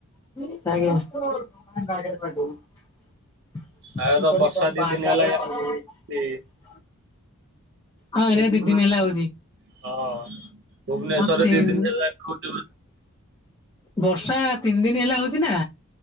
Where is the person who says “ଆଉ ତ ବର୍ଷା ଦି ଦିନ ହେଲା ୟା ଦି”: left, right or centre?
Right